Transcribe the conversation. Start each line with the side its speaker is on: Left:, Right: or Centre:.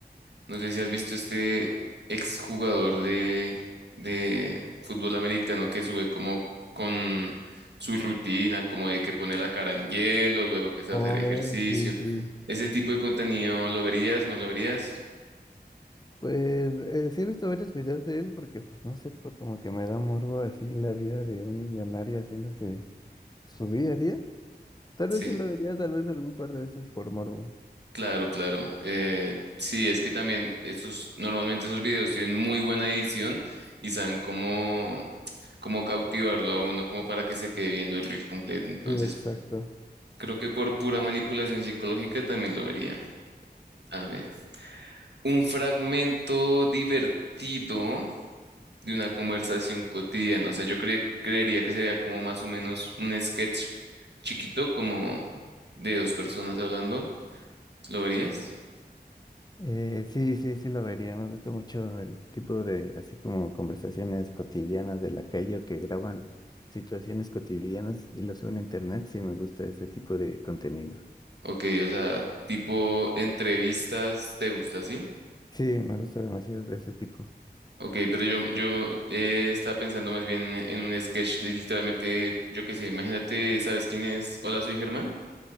Right: no sé si has visto este exjugador de, de fútbol americano que sube como con su rutina, como de que pone la cara en hielo, luego que se va
Left: Oh,
Right: a hacer ejercicio.
Left: sí, sí.
Right: Ese tipo de contenido, ¿lo verías? ¿No lo verías?
Left: Pues eh, sí he visto varios videos de él porque, pues no sé, por como que me da morbo así la vida de un millonario haciéndose su día a día. Tal
Right: Sí.
Left: vez sí lo vería, tal vez algún par de veces por morbo.
Right: Claro, claro. Eh, sí, es que también esos, normalmente esos videos tienen muy buena edición y saben cómo, cómo cautivarlo a uno, como para que se quede viendo el reel completo. Entonces,
Left: Sí, exacto.
Right: creo que por pura manipulación psicológica también lo vería. A ver, un fragmento divertido de una conversación cotidiana. O sea, yo cre- creería que sería como más o menos un sketch chiquito, como de dos personas hablando. ¿Lo verías?
Left: Eh, sí, sí, sí lo vería. Me gusta mucho el tipo de, así como conversaciones cotidianas de la calle o que graban situaciones cotidianas y lo suben a internet. Sí, me gusta ese tipo de contenido.
Right: Ok, o sea, tipo entrevistas, ¿te gusta, así?
Left: Sí, me gusta demasiado de ese tipo.
Right: Ok, pero yo, yo eh, estaba pensando más bien en un sketch de literalmente, yo qué sé, imagínate, ¿sabes quién es Hola, soy Germán?